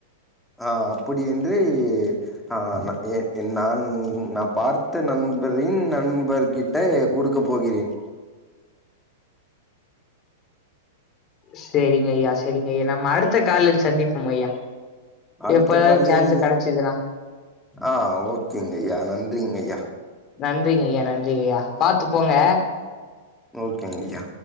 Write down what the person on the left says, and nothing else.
சரிங்க ஐயா சரிங்க ஐயா நம்ம அடுத்த காலில் சந்திப்போம் ஐயா
எப்பயாவது
சான்ஸ் கெடச்சதுன்னா
நன்றிங்க ஐயா நன்றிங்க ஐயா பார்த்து போங்க